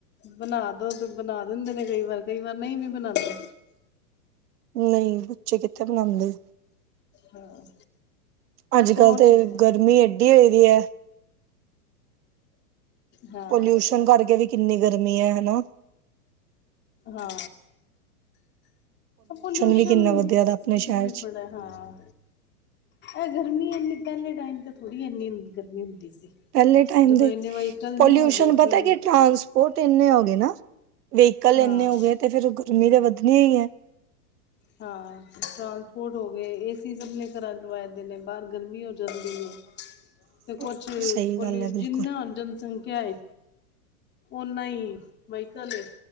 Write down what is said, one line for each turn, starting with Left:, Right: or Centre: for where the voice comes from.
Left: ਬਣਾ ਦੋ ਬਣਾ ਦਿੰਦੇ ਨੇ ਕਈ ਵਾਰ ਕਈ ਵਾਰ ਨਹੀਂ ਵੀ ਬਣਾਉਂਦੇ।
Right: ਨਹੀਂ ਬੱਚੇ ਕਿੱਥੇ ਬਣਾਉਂਦੇ।
Left: ਹਾਂ
Right: ਅੱਜ
Left: ਹੋਰ
Right: ਕੱਲ ਤੇ
Left: ਸੁਣਾਓ
Right: ਗਰਮੀ ਏਡੀ ਹੋਏ ਦੀ ਐ।
Left: ਹਾਂ
Right: ਪੋਲਿਊਸ਼ਨ ਕਰਕੇ ਵੀ ਕਿੰਨੀ ਗਰਮੀ ਐ ਹਨਾ।
Left: ਹਾਂ ਪੋਲਿਊਸ਼ਨ
Right: ਵੀ ਕਿੰਨਾ ਵਧਿਆ
Left: ਬਲੀਫੜ
Right: ਦਾ ਆਪਣੇ ਸ਼ਹਿਰ ਚ।
Left: ਹੈ ਹਾਂ ਇਹ ਗਰਮੀ ਇੰਨੀ ਪਹਿਲੇ ਟਾਈਮ ਤਾਂ ਥੋੜੀ ਇਨੀ ਗਰਮੀ ਹੁੰਦੀ ਸੀ।
Right: ਪਹਿਲੇ ਟਾਈਮ
Left: ਜਦੋਂ
Right: ਦੇ
Left: ਇੰਨੇ ਵਹੀਕਲ
Right: ਪੋਲਿਊਸ਼ਨ
Left: ਨਹੀਂ ਹੈਗੇ
Right: ਪਤਾ,
Left: ਸੀ
Right: ਕੀ ਟਾਂਸ ਉਹ ਤੇ ਇੰਨੇ ਹੋ ਗਏ ਨਾ ਵਹੀਕਲ ਇੰਨੇ
Left: ਹਾਂ
Right: ਹੋ ਗਏ ਤੇ ਫਿਰ ਗਰਮੀ ਤਾਂ ਵਧਣੀ ਹੀ ਐ।
Left: ਹਾਂ ਟਰਾਂਸਪੋਰਟ ਹੋ ਗਏ ਏਸੀ ਸਭ ਨੇ ਘਰਾਂ ਲਵਾਏ ਦੇ ਨੇ ਬਾਹਰ ਗਰਮੀ ਹੋ ਜਾਂਦੀ ਐ।
Right: <inaudible>
Left: ਤੇ ਕੁਛ
Right: ਸਹੀ
Left: ਪੁਲਿਸ
Right: ਗੱਲ ਹੈ ਬਿਲਕੁਲ
Left: ਜਿੰਨਾ ਜਨਸੰਖਿਆ ਹੈ ਓਨਾ ਹੀ ਵਾਈਕਲ ਏ।